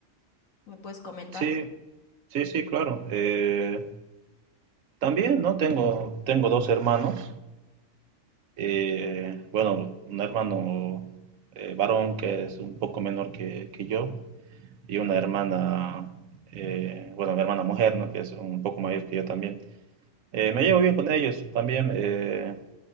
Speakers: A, on the left; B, on the right.
A: ¿Me puedes comentar?
B: Sí, sí, sí, claro. Eh, también, ¿no? Tengo, tengo dos hermanos. Eh, bueno, un hermano eh, varón que es un poco menor que, que yo y una hermana, eh, bueno, mi hermana mujer, ¿no? Que es un poco mayor que yo también. Eh, me llevo bien con ellos también. eh,